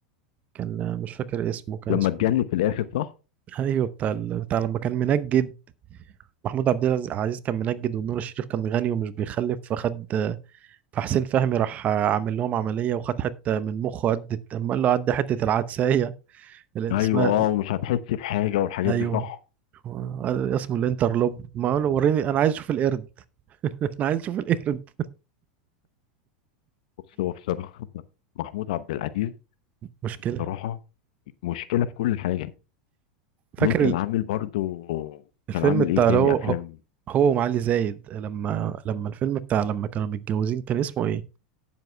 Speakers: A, on the right; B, on the left.
A: كان آه، مش فاكر اسمه كان
B: لما
A: اسمه
B: تجنن في الآخر صح
A: ايوه بتاع ال... بتاع لما كان منجد محمود عبد العزيز كان منجد ونور الشريف كان غني ومش بيخلف فخد فحسين فهمي راح عامل لهم عملية وخد حتة من مخه قد أما قال له عدي حتة العدسية اللي
B: أيوه
A: اسمها
B: اه ومش هتحس بحاجة والحاجات
A: أيوه
B: دي صح
A: قال اسمه الانترلوب ما قال له وريني أنا عايز أشوف القرد <laughs> أنا عايز أشوف القرد
B: بص هو بصراحة محمود عبد العزيز
A: مشكلة
B: صراحة مشكلة في كل حاجة
A: فاكر
B: ليه كان
A: ال-
B: عامل برضو
A: الفيلم
B: كان عامل
A: بتاع
B: ايه تاني
A: اللي هو
B: افلام
A: هو هو ومعالي زايد لما لما الفيلم بتاع لما كانوا متجوزين كان اسمه إيه؟